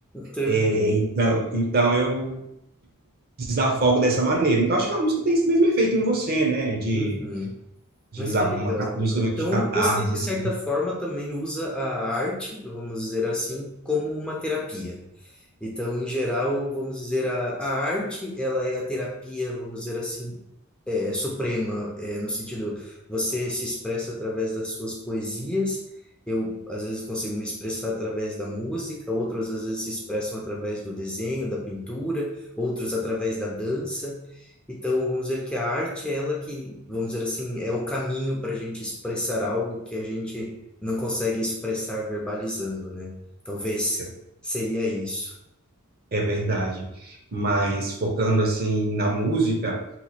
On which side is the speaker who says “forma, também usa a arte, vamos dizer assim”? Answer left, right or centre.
Centre